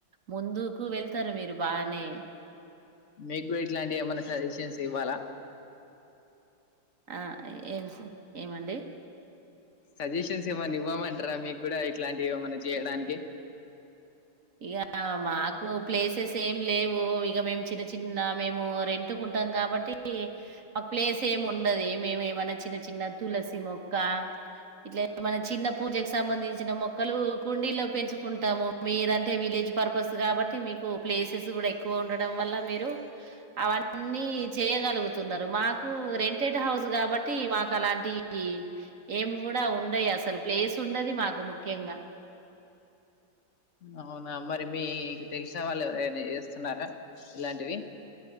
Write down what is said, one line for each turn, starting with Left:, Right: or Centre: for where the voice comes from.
Right: ముందుకు వెళ్తరు మీరు బానే.
Left: మీగ్గూడిట్లాంటివేమైన్న సజెషన్సివ్వాలా.
Right: ఆ ఏం ఏమండి
Left: సజెషన్స్ ఏమన్నా ఇవ్వమంటారా మీకు కూడా ఇట్లాంటివి ఏమన్నా చేయడానికి
Right: ఇక మాకు ప్లేసెస్ ఏం లేవు ఇక మేము చిన్న చిన్న మేము రెంటుకుంటాం కాబట్టి ఒక ప్లేస్ ఏమి ఉండది మేము ఏమైన్నా చిన్న చిన్న తులసి మొక్క ఇట్లా ఏమ చిన్న పూజకు సంబంధించిన మొక్కలు కుండీలో పెంచుకుంటాము మీరు అంటే విలేజ్ పర్పస్ కాబట్టి మీకు ప్లేసెస్ కూడా ఎక్కువ ఉండడం వల్ల మీరు అవన్నీ చేయగలుగుతున్నారు మాకు రెంటెడ్ హౌస్ కాబట్టి మాకు అలాంటి ఏమి కూడా ఉండయి అసలు ప్లేస్ ఉండది మాకు ముఖ్యంగా
Left: అవునా మరి మీకు తెలిసా వాళ్ళు ఎవరైనా చేస్తున్నారా ఇలాంటివి